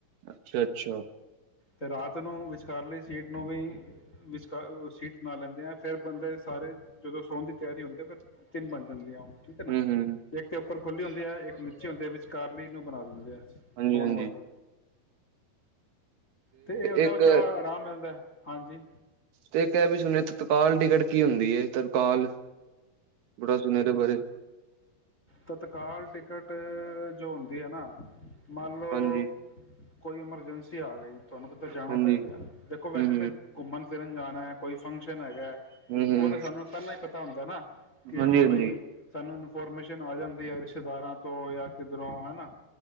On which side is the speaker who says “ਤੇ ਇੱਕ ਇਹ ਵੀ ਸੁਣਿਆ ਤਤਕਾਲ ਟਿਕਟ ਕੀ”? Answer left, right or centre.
Right